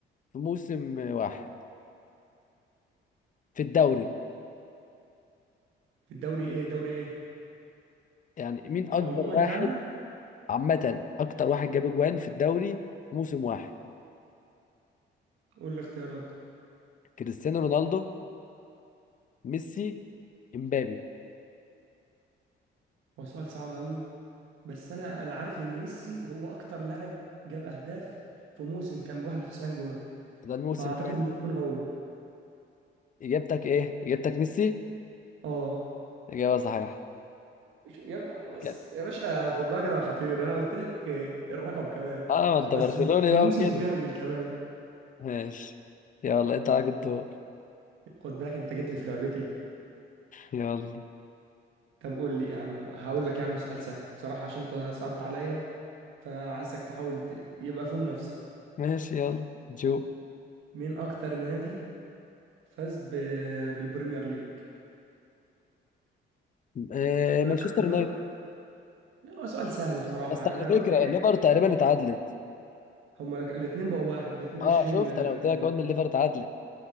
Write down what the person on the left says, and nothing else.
في موسم واحد في الدوري
يعني مين أكبر
واحد
عامة أكتر واحد جاب أجوان في الدوري في موسم واحد
كريستيانو رونالدو ميسي إمبابي
ده الموسم
كام
إجابتك إيه إجابتك ميسي
إجابة صحيحة
كده.
آه ما أنت
برشلوني
بقى وكده
ماشي يلا أنت عليك الدور
يلا
ماشي يلا جو
آه
مانشستر
يونايتد
بس على
فكره
الليفر تقريبا اتعادلت
اه
شفت
انا قلت لك
قلنا الليفر اتعادلت